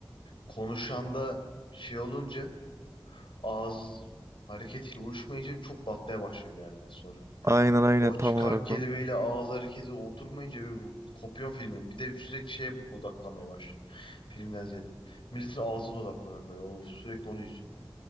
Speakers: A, on the left; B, on the right.
A: konuşan da şey olunca ağız hareketiyle uyuşmayınca çok batmaya başlıyor bir yerden sonra.
B: Aynen aynen
A: O
B: tam
A: çıkan
B: olarak
A: kelimeyle
B: o.
A: ağız hareketi oturmayınca bir bu- kopuyorum filmden. Bir de sürekli şeye odaklanmaya başlıyorum. Filmden ziyade. Milletin ağzına odaklanıyorum böyle. O, sürekli onu izliyorum yani.